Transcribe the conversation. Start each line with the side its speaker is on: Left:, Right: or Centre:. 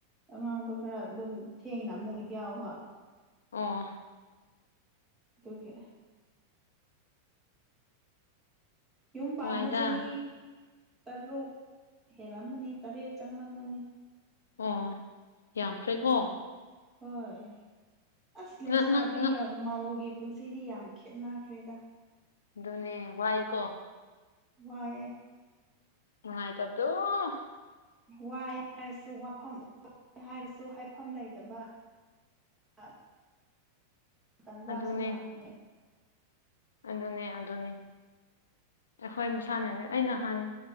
Centre: ꯑꯉꯥꯡꯗꯣ ꯈꯔ ꯑꯗꯨꯝ ꯊꯦꯡꯅ ꯑꯃꯨꯛ ꯌꯥꯎꯕ
Left: ꯑ
Centre: ꯑꯇꯨꯒꯤ ꯌꯨꯝ ꯄꯥꯝꯕ
Left: ꯍꯣꯏꯗ
Centre: ꯆꯍꯤ ꯇꯔꯨꯛ ꯍꯦꯜꯂꯝꯃꯅꯤ ꯇꯔꯦꯠ ꯆꯪꯂꯝꯃꯅꯤ
Left: ꯑꯣ ꯌꯥꯝꯈ꯭ꯔꯦꯀꯣ
Centre: ꯍꯣꯏ ꯑꯁ ꯂꯩꯁꯥꯕꯤꯒ
Left: ꯅꯪ ꯅꯪ ꯅꯪ
Centre: ꯃꯥꯎꯒꯤ ꯄꯨꯟꯁꯤꯗꯤ ꯌꯥꯝ ꯈꯦꯠꯅꯈ꯭ꯔꯦꯗ
Left: ꯑꯗꯨꯅꯦ ꯋꯥꯏꯀꯣ
Centre: ꯋꯥꯑꯦ
Left: ꯅꯨꯉꯥꯏꯠꯕꯗꯣ ꯑꯣ
Centre: ꯋꯥꯏ ꯍꯥꯏꯔꯁꯨ ꯋꯥꯐꯝ ꯍꯥꯏꯔꯁꯨ ꯍꯥꯏꯐꯝ ꯂꯩꯇꯕ ꯑ ꯇꯟꯖꯥꯁꯨ
Left: ꯑꯗꯨꯅꯦ
Centre: ꯂꯥꯛꯄꯅꯦ
Left: ꯑꯗꯨꯅꯦ ꯑꯗꯨꯅꯦ ꯑꯩꯈꯣꯏ ꯃꯁꯥꯟꯅꯅꯤ ꯑꯩ ꯅꯍꯥꯟ